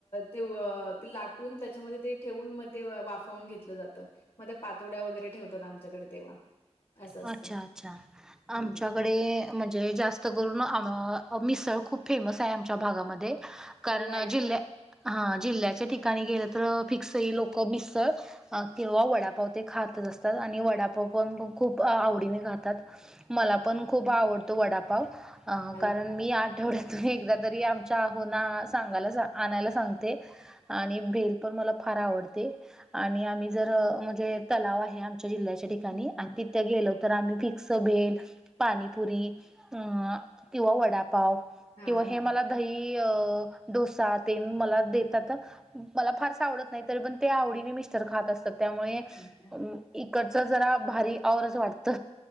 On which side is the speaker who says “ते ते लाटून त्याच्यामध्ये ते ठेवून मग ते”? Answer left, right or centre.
Left